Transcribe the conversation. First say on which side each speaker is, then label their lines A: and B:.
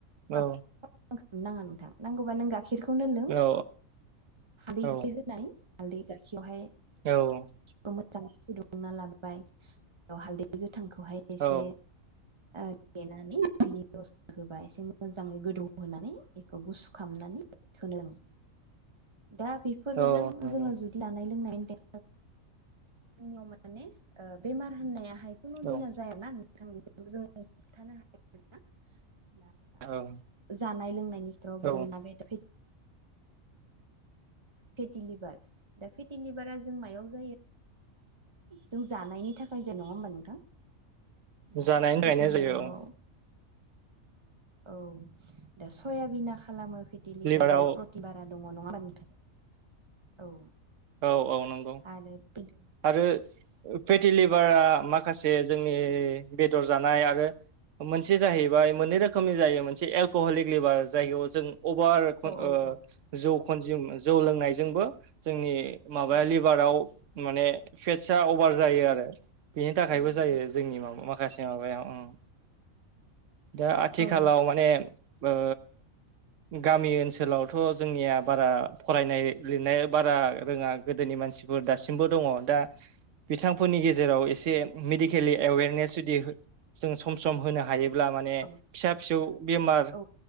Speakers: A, on the right (about 25°); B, on the right (about 65°).
A: खालामनो
B: औ
A: नाङा नोंथां नांगौबा नों गा गाइखिरखौनो लों
B: औ
A: हालदै
B: औ
A: एसे होनानै हालदै गाखेरयावहाय
B: औ
A: खौ मोजाङै फुदुंना लाबाय बे हालदै गोथांखौहाय एसे
B: औ
A: ओ देनानै बिनि दस होबा एसे मोजाङै गोदौहोनानै बेखौ गुसु खामनानै सोनदों दा बेफोरजों
B: औ नंगौ
A: जोङो जुदि दानाय लोंनाय मेनटे जोंनियाव माने ओ बेमार होननायाहाय खुनु
B: औ
A: दिना जाय ना <unintelligible> बेफोरखौ जोङो हथानो हायो दा
B: औ
A: जानाय लोंनायनिफ्राव
B: औ
A: जोंना बेदर फेटिलिभार दा फेटिलिभारा जों मायाव जायो जों जानायनि थाखाय जे नङा होम्बा नोंथां दा
B: जानायनि
A: फेटि
B: थाखायनाय
A: लिभाराव
B: जायो औ
A: औ दा सयाबिना खालामो फेटिलिभारियाव
B: लिभाराव
A: प्र बारा दङ' नङा होनबा नोंथां औ
B: औ औ नंगौ
A: आरो बिग
B: आरो फेटिलिभारा माखासे जोंनि बेदर जानाय आरो मोनसे
A: औ
B: जाहैबाय मोननै रोखोमनि जायो मोनसे एलक'हलिक लिभार जायगायाव जों अभार
A: औ
B: ओ
A: औ
B: जौ खनजिम जौ लोंनायजोंबो जोंनि माबाया
A: औ
B: लिभाराव माने फेटसा अभार जायो आरो बेनि थाखायबो
A: नंगौ
B: जायो
A: नंगौ
B: जोंनि माबा माखासे माबायाव उम दा आथिखालाव
A: औ
B: माने ओ गामि ओनसोलावथ' जोंनिया बारा फरायनाय लिरनाया बारा रोङा गोदोनि मानसिफोर दासिमबो दङ' दा बिथांफोरनि गेजेराव एसे
A: औ
B: मेडिक केलि एवेनेसेदि जोङो सम सम होनो हायो अब्ला माने
A: औ
B: फिसा फिसौ बेमार
A: औ